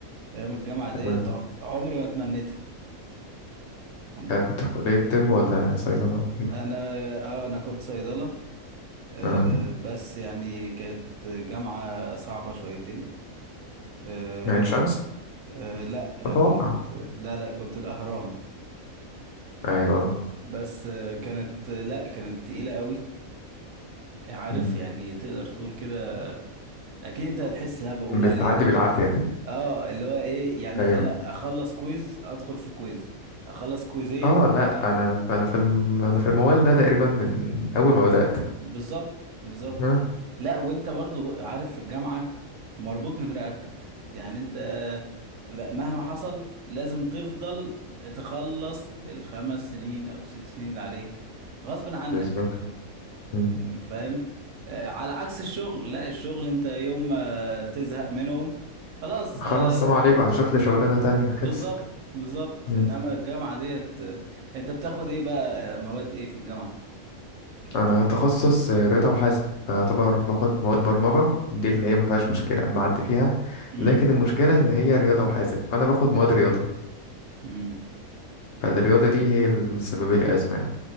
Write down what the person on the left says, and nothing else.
تمام.
آه، كنت في كلية طب ولا صيدلة ولا إيه؟
اه
يعني شمس
أتوقع
أيوة آه.
مم.
بتعدي
بالعافية
أيوة
اه لا أيوة. أنا أنا في الم... أنا في الموال ده تقريبا من أول ما بدأت
اه
بالظبط مم.
خلاص
السلام عليكم هشوف لي شغلانة تانية
خلصت
مم.
انا تخصص رضا وحاسب فاعتبر باخد مواد برمجه دي اللي هي ما فيهاش مشكله بعدي فيها
لكن المشكله ان هي رياضه وحاسب فانا باخد مواد رياضه
فالرياضه دي هي اللي مسببه لي ازمه يعني